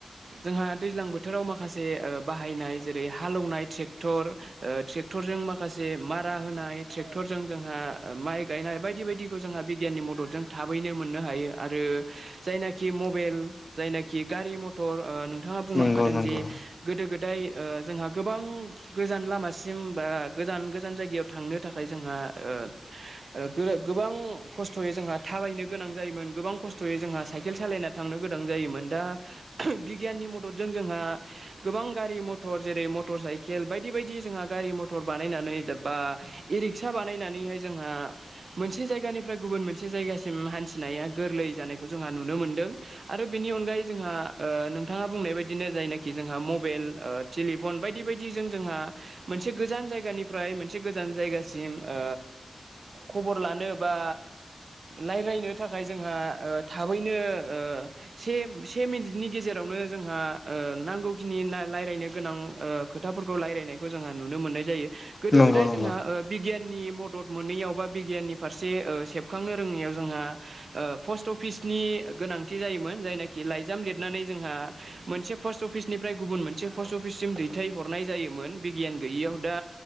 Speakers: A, on the right (about 75°); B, on the left (about 40°).
A: जोंहा दैज्लां बोथोराव माखासे ओ बाहाय नाय जेरै- हालेवनाय ट्रेक्टर ओ ट्रेक्टरजों माखासे मारा होनाय ट्रेक्टरजों जोंहा माइ गायनाय बायदि बायदिखौ जोंहा बिगियाननि मददजों थाबैनो मोननो हायो आरो जायनाखि मबेल जायनाखि गारि मथर ओ नोंथाङा बुंलांखादों
B: नंगौ नंगौ
A: जे गोदो गोदाय ओ जोंहा गोबां गोजान लामासि सिम बा गोजान गोजान जायगायाव थांनो थाखाय जोंहा ओ ओ गो-गोबां खस्थ'यै जोंहा थाबायनो गोनां जायोमोन गोबां खस्थ'यै जोंहा साइकेल सालायना थांनो गोनां जायोमोन दा बिगियाननि मददजों जोंहा गोबां गारि मथर जेरै- मटर साइकेल बायदि बायदि जोंहा गारि मथर बानायनानै बा इ-रिक्सा बानायनानैहाय जोंहा मोनसे जायगानिफ्राय गुबुन गुबुन मोनसे जायगासिम हान्थिनाया गोरलै जानायखौ जोंहा नुनो मोनदों आरो बेनि अनगायै जोंहा ओ ओ नोंथाङा बुंनाय बायदिनो जायनाखि जोंहा मबेल ओ टेलिफन बायदि बायदिजों जोंहा मोनसे गोजान जायगानिफ्राय मोनसे गोजान जायगासिम ओ खबर लानो बा लायरायनो थाखाय जोंहा ओ थाबैनो ओ से से मिनिटनि गेजेरावनो जोंहा ओ नांगौखिनि ना लायरायनो गोनां ओ खोथाफोरखौ लायरायनाय खौ जोंहा नुनो मोननाय जायो गोदो
B: नंगौ
A: गोदाय जोंहा
B: नंगौ
A: ओ बिगियान नि मदद मोनैयाव बा बिगियाननि फारसे ओ सेबखांनो रोङैयाव जोंहा ओ पस्ट अफिस नि गोनांथि जायोमोन जायनाखि लाइजाम लिरनानै जोंहा मोनसे पस्ट अफिसनिफ्राय गुबुन मोनसे पस्ट अफिससिम दैथायहरनाय जायोमोन। बिगियान गैयियाव दा